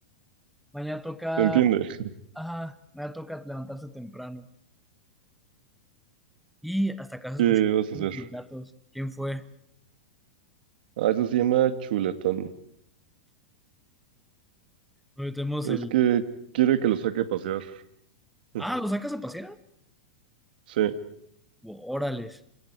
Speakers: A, in the centre; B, on the right (about 65°).
A: <laughs> mañana toca.
B: ¿Te entiende? <laughs>
A: Ajá, mañana toca levantarse temprano. Y hasta acá se
B: ¿Qué
A: escuchó
B: vas a
A: de
B: hacer?
A: tus gatos. ¿Quién fue?
B: Ah, eso se llama chuletón.
A: Hoy tenemos
B: Es
A: el.
B: que quiere que lo saque a pasear. <laughs>
A: Ah, ¿lo sacas a pasear?
B: Sí,
A: Wo- Órales.